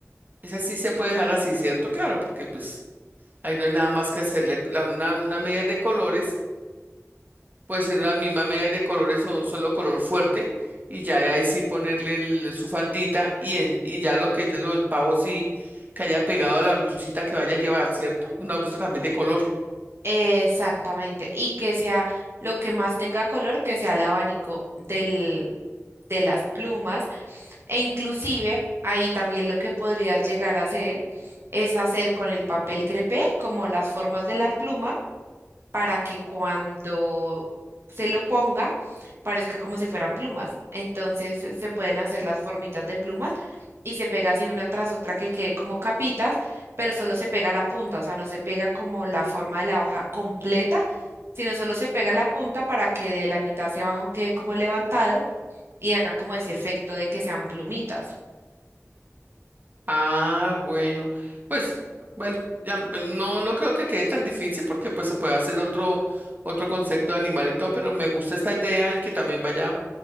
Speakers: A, on the right (about 35°); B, on the right (about 55°).
A: esa sí se puede dejar así, ¿cierto? Claro, porque pues ahí no hay nada más que hacerle. La- una, una media de colores, puede ser la misma media de colores o un solo color fuerte, y ya ahí sí ponerle el- su faldita y, en- y ya lo que es de los pavos sí, que haya pegado a la blusita que vaya a llevar, ¿cierto? Una blusa también de color.
B: Exactamente, y que sea lo que más tenga color, que sea el abanico del, de las plumas, e inclusive ahí también lo que podrías llegar a hacer es hacer con el papel crepé como las formas de la pluma, para que cuando se lo ponga parezca como si fueran plumas. Entonces se pueden hacer las formitas de plumas y se pega así una tras otra que quede como capitas, pero solo se pega la punta, o sea, no se pega como la forma de la hoja completa, sino solo se pega la punta para que de la mitad hacia abajo quede como levantado y haga como ese efecto de que sean plumitas.
A: Ah, bueno, pues bueno, ya, pues, no, no creo que quede tan difícil porque pues se puede hacer otro, otro concepto de animal y todo, pero me gusta esta idea y que también vaya